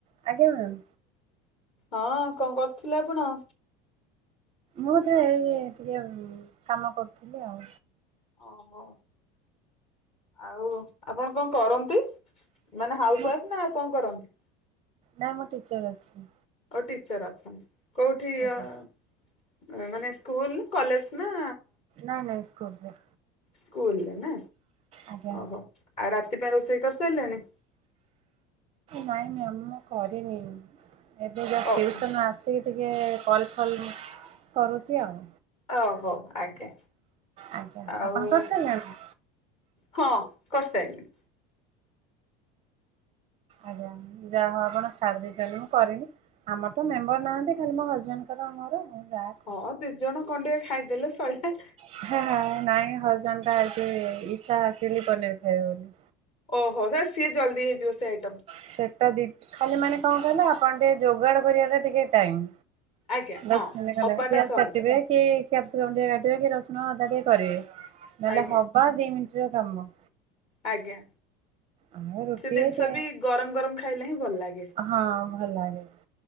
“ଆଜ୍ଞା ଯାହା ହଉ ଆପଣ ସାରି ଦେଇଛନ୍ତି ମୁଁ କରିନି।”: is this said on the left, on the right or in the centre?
Right